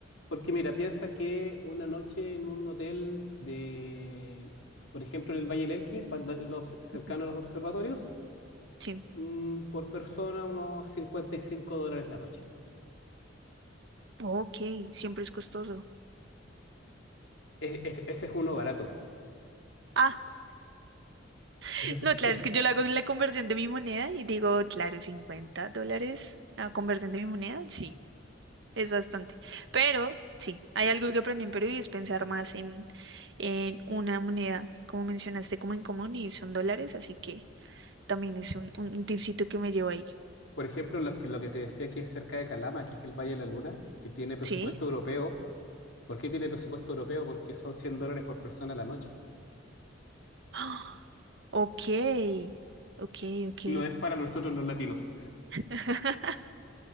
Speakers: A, on the left (about 70°); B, on the right (about 65°).
A: Porque mira, piensa que una noche en un hotel de, por ejemplo, en el Valle del Elqui, pa- de- los- cercano
B: Ujú,
A: a los observatorios,
B: Sí.
A: mm, por persona unos 55 dólares la noche.
B: Ok, siempre es costoso.
A: Es- es- ese es uno barato.
B: Ah, <laughs>
A: Ese es-
B: no, claro,
A: es-
B: es que yo lo hago en la conversión de mi moneda y digo, claro, 50 dólares la conversión de mi moneda, sí, es bastante. Pero sí, hay algo que aprendí en Perú y es pensar más en, en una moneda, como mencionaste, como en común y son dólares, así que también es un, un, un tipcito que me llevo ahí.
A: por ejemplo, lo que, lo que te decía que es cerca de Calama, que es el Valle de la Luna, que tiene presupuesto
B: ¿Sí? <gasps>
A: europeo. ¿Por qué tiene presupuesto europeo? Porque son 100 dólares por persona la noche.
B: Ah, ok, ok, ok.
A: No es para nosotros los latinos.
B: <laughs>